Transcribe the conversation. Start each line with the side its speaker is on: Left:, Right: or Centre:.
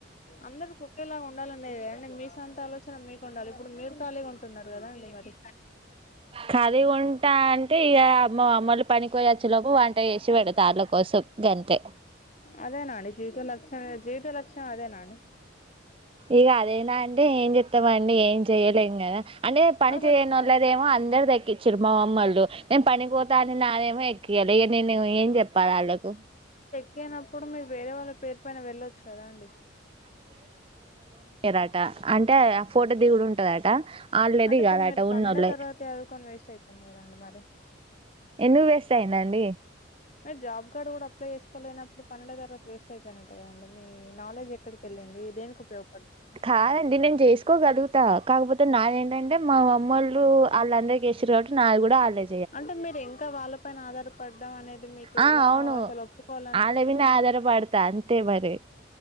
Left: అందరికి ఒకేలా ఉండాలని అద అండి మీ సొంత ఆలోచన మీకు ఉండాలి ఇప్పుడు మీరు ఖాళీ ఉంటున్నారు కదా అండి మరి
Right: కదీ ఉంటా అంటే ఇక అమ్మ మమ్మలు పని పోయచ్చు లోపు వంట చేేసి పెడుత వాళ్ళ కోసం గంతె
Left: అదే నాడి జీవిత లక్ష్యం జీవిత లక్ష్యం అదే నాండి
Right: ఇగ అదేనా అంటే ఏం చెత్తమండి ఏం చెయ్యలేం కదా అంటే పని
Left: మరి
Right: చేయని
Left: కొంచెం
Right: వాళ్ళదేమో అందర్ది ఎక్కిచ్చిరు మా మమ్మల్ళు నేను పనిపోతా అని నాదేమో ఎక్కియాలె ఇక నేను ఏం చెప్పాలి వాళ్ళకు
Left: కేన పీపుల్ మీర్ వేరే వాళ్ళ పేరు పైన వెళ్ళొచ్చు కదా అండి
Right: రట అంటే ఆ ఫోటో దిగుడు ఉంటదట వాళ్ళే
Left: అంటే
Right: దిగాలట
Left: ఇప్పుడు మీరు పన్నెండే
Right: ఉన్నోళ్ళే
Left: తరగతి చదుకొని వేస్ట్ అయిపోయింది కదండి మరి
Right: ఎందుకు వేస్ట్ అయిందండి
Left: మీరు జాబ్ కార్డ్ కూడా అప్లై చేసుకోలేనప్పుడు పనుల తర్వాత వేస్ట్ అయిపోయినట్టే కదండి మీ నాలెడ్జ్ ఎక్కడికి ఏలింది దేనికి ఉపయోగ
Right: కాదండి నేను చేసుకోగలుగుతా కాకపోతే నాదేంటంటే మా మమ్మళ్ళు వాళ్ళందరిక వస్తారు కాబట్టి నాకు కూడా ఆళ్లేే
Left: అంటే మీరు ఇంకా వాళ్ళ పైన ఆధారపడ్డం అనేది మీకు
Right: ఆ
Left: ఎలా
Right: అవును
Left: అసలు ఒప్పుకోవల అనిపిస్తుందండి
Right: ఆళ్ళ మీదనే ఆధారపడతా అంతే మరి